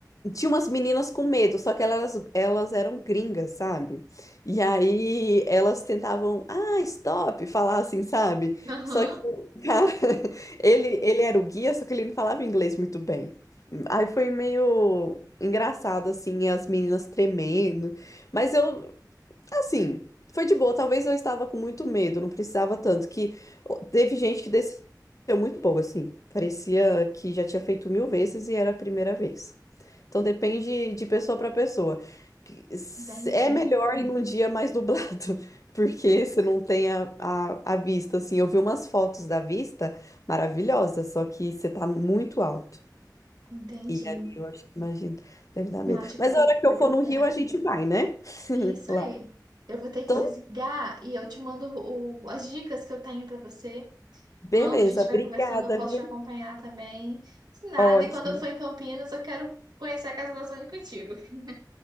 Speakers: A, on the left; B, on the right.
A: Tinha umas meninas com medo, só que elas, elas eram gringas, sabe? E aí elas tentavam, ah, stop, falar assim, sabe?
B: Aham.
A: Só que o cara, <laughs> ele, ele era o guia, só que ele não falava inglês muito bem. Aí foi meio engraçado, assim, as meninas tremendo. Mas eu, Assim, foi de boa. Talvez eu estava com muito medo, não precisava tanto. Que teve gente que desceu muito boa, assim. Parecia que já tinha feito mil vezes e era a primeira vez. Então depende de pessoa para pessoa. Que- se-
B: Entendi,
A: É melhor ir num dia mais nublado, <laughs> porque você não tem a, a, a vista, assim. Eu vi umas fotos da vista maravilhosas, só que você tá muito alto.
B: entendi.
A: E ali eu acho que imagino, deve dar medo.
B: Nath, eu
A: Mas
B: vou ter
A: a hora
B: que desligar.
A: que eu for no Rio, a gente vai, né? <laughs>
B: Isso
A: Lá.
B: aí. Eu vou ter que
A: Então,
B: desligar e eu te mando o- as dicas que eu tenho pra você.
A: Beleza,
B: Manda, a gente
A: obrigada,
B: vai conversando, eu posso
A: viu?
B: te acompanhar também. Se nada,
A: Ótimo.
B: e quando eu for em Campinas, eu quero conhecer a Casa da Sônia contigo. <laughs>